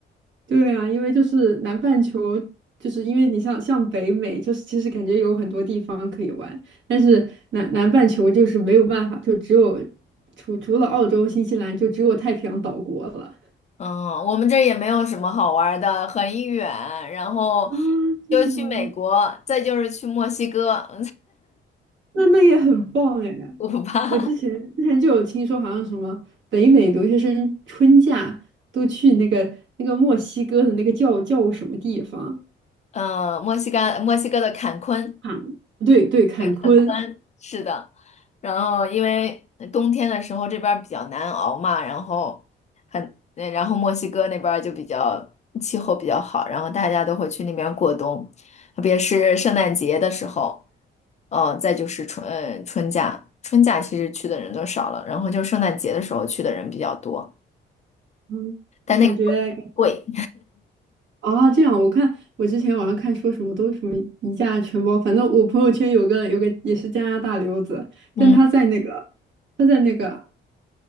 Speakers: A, on the right (about 70°); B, on the left (about 35°).
A: 对啊，因为就是南半球，就是因为你像像北美，就是其实感觉有很多地方可以玩，但是南南半球就是没有办法，就只有除除了澳洲、新西兰，就只有太平洋岛国了。
B: 嗯，我们这儿也没有什么好玩儿的，很远，然后
A: 啊，真的吗？
B: 就去美国，再就是去墨西哥，<laughs> 啊
A: 那那也很棒哎！
B: 古巴，
A: 我之前之前就有听说，好像什么北美留学生春假都去那个那个墨西哥的那个叫叫什么地方？
B: 嗯，墨西哥，墨西哥的坎昆。
A: 坎，对对，坎昆，
B: 对，很宽，是的。然后因为冬天的时候这边儿比较难熬嘛，然后很，呃然后墨西哥那边儿就比较气候比较好，然后大家都会去那边过冬，特别是圣诞节的时候，哦，再就是春，呃，春假，春假其实去的人都少了，然后就圣诞节的时候去的人比较多，
A: 嗯，
B: 但那个时候贵，
A: 那感觉啊，这样我看我之前网上看说什么都是什么一价全包，反正我朋友圈有个有个也是加拿大留子，
B: 嗯，
A: 但他在那个他在那个